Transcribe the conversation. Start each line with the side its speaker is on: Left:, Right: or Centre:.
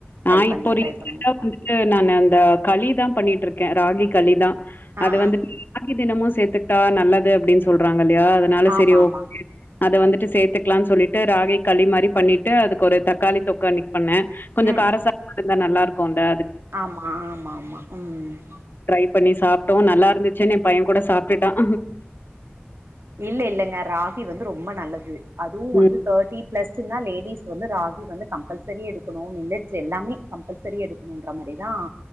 Right: ட்ரை
Left: நான்
Right: பண்ணுங்க
Left: இப்போ ரீசன்டா
Right: ட்ரை பண்ணுங்க
Left: வந்துட்டு நான் அந்த களி தான் பண்ணிட்டு இருக்கேன் ராகி களி தான்
Right: ஆ
Left: அது
Right: ஆ
Left: வந்துட்டு <unintelligible> ஆ நம சேர்த்துட்டா நல்லது அப்டின்னு சொல்றாங்க அப்படியா அதனால சரி
Right: ஆமா
Left: ஓ
Right: ஆமா
Left: அது வந்துட்டு சேர்த்துக்கலாம்னு சொல்லிட்டு ராகி களி மாதிரி பண்ணிட்டு ட்டு அதுக்கு ஒரு தக்காளி தொக்கானி பண்ணேன் கொஞ்சம்
Right: ம்
Left: காரசா
Right: ம்
Left: இருந்தா நல்லா இருக்கும் கொண்டா
Right: ஆமா ஆமாமா ம்
Left: ட்ரை பண்ணி சாப்பிட்டோம் நல்லா இருந்துச்சுன்னு என் பையன் கூட சாப்பிட்டுடான்
Right: இல்ல இல்லைங்க ராகி வந்து ரொம்ப நல்லது அதுவும்
Left: ம்,
Right: வந்து தேர்ட்டி ப்ளஸ்னா லேடிஸ் வந்து ராகி வந்து கம்பல்சரி எடுக்கணும் மில்லட்ஸ் எல்லாமே கம்பல்சரி எடுக்கணுன்ற மாதிரி தான்